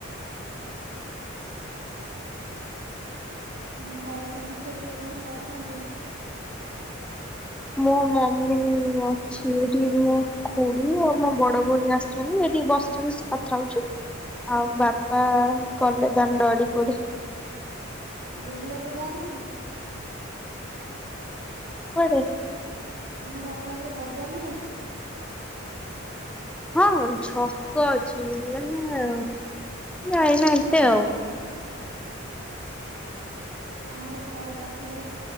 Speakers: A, on the right; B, in the centre.
A: ଆମ ଘରେ ସମସ୍ତେ କିଏ କଣ କରଚନ୍ତି?
B: ମୋ ମମି ଅଛି ଏଠି, ମୋ ଖୁଡି ଆଉ ମୋ ବଡ ଭଉଣୀ ଆସିଛନ୍ତି ଏଠି ବସିଛନ୍ତି କଥା ହଉଛି। ଆଉ ବାପା ଗଲେ ଦାଣ୍ଡ ଆଡେ କୁଆଡେ
A: ବୁଲିବାକୁ ଯାଉନା କି? <unintelligible>
B: କୁଆଡେ?
A: ଆମ ଘର ପାଖରେ ବଜା ଜେର୍ନାଇ
B: ହଁ ଛକ ଅଛି ନା ନା ଯାଇନା ଏତେ ଆଉ
A: ଆମର ଘର ପାଖରେ